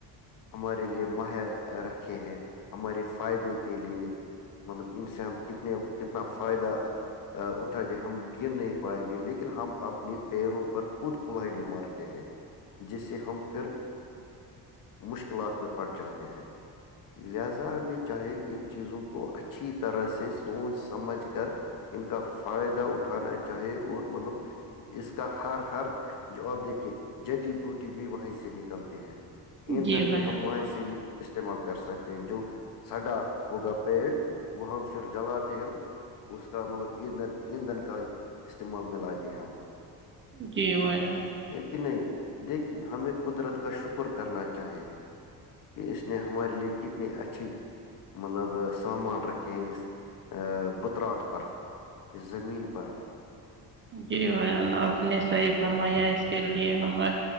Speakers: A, on the left (about 55°); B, on the right (about 30°).
A: ہمارے لیے مہیا رکھے ہیں ہمارے فائدے کے لیے مطلب ان سے ہم کتنے کتنا فائدہ اٹھاتے ہم گن نہیں پائیں گے لیکن ہم اپنے پیروں پر خود کولاڈی مارتے ہیں جس سے ہم پھر مشکلات میں پڑ جاتے ہیں لہذا ہمیں چاہے ان چیزوں کو اچھی طرح سے سوچ سمجھ کر ان کا فائدہ اٹھانا چاہے اور مطلب اس کا ہر ہر اور دیکھیے جڈی بوٹی بھی وہیں سے نکلتے ہے ایندھن
B: جی بھائیان
A: بھی ہم وہاں سے ہی استعمال کر سکتے ہیں جو سڈا ہوگا پیڑ وہ ہم پھر جلاتے ہیں اس کا مطلب ایندھ ایندھن کا استعمال میں لاتے ہم
B: جی بھائی جان
A: ہے کہ نہیں دیکھے ہمیں قدرت کا شکر کرنا چاہیے کہ اس نے ہمارے لیے کتنی اچھی مطلب سامان رکھیں اس بترات پر اس زمین پر پر
B: جی بھائی جان اپ نے صحیح فرمایا اس کے لیے ہمیں